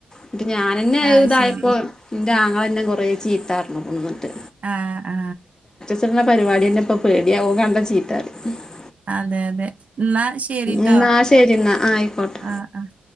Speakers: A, on the left (about 20°); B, on the right (about 40°).
A: ഇന്നട്ട് ഞാനന്നെ അഅ്
B: ആ
A: ഇതായപ്പോ
B: ശരി
A: ഇന്റാങ ങ്ങളെന്നെ കുറേ ചീത്താർഞ്ഞുക്ണു ഇന്നട്ട്
B: ആ ആ
A: ക്ക്ണ പരിപാടിയന്നെ ഇപ്പൊ പേടിയാ ഓൻ കണ്ടാ ചീത്ത റിം
B: അതെ അതെ എന്നാ ശരിട്ടോ
A: എന്നാ ശരി എന്നാ ആയിക്കോട്ടെ
B: ആഹ് ആഹ്